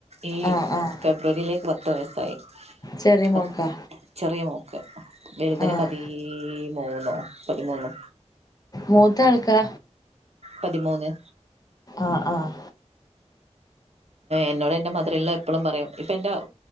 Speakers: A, on the right; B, on the left.
A: ഈ
B: ആഹ് ആഹ്
A: ഫെബ്രുവരിയിലേക്ക് പത്ത് വയസ്സായി
B: ചെറിയ
A: പത്ത്ചെറിയ
B: മോൾക്കാ
A: മോക്ക് വലുതിന്
B: ആഹ്
A: പതി ഈ മൂന്നോ പതിമൂന്നോ
B: മൂത്ത ആൾക്കാ
A: പതിമൂന്ന്
B: ആഹ് ആഹ്
A: എന്നോട് എൻ്റെ മദർ ല്ലോ എപ്പോളും പറയും ഇപ്പം എന്റെ